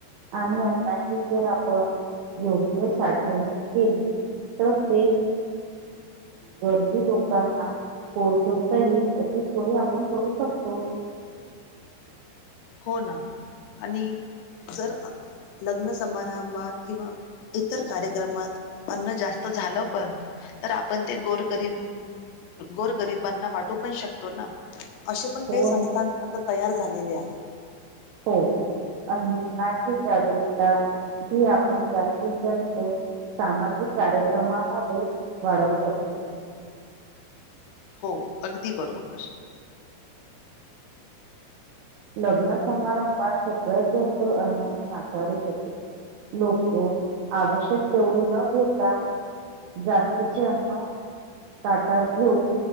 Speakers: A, on the right; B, on the left.
A: आणि अन्नाची जर आपण योग्य साठवणूक केली तर ते गरजू लोकांना पोहोचवता येईल अशी सोय आपण करू शकतो.
B: हो ना. आणि जर लग्न समारंभात किंवा इतर कार्यक्रमात अन्न जास्त झालं पण तर आपण ते गोरगरी गोर गरिबांना वाटू पण शकतो ना. असे पण
A: हो
B: काही संस्थान आता तयार झा झालेले आहेत.
A: हो अन्नाची जागृकता ही आपण जास्तीत जास्त सामाजिक कार्यक्रमामध्ये वाढवू शकतो.
B: हो अगदी बरोबर.
A: लग्न समारंभात सगळ्यात जास्त अन्नाची नासाडी होते, लोकं आवश्यक तेवढे न घेत. जास्तीचे अन्न ताटात घेऊन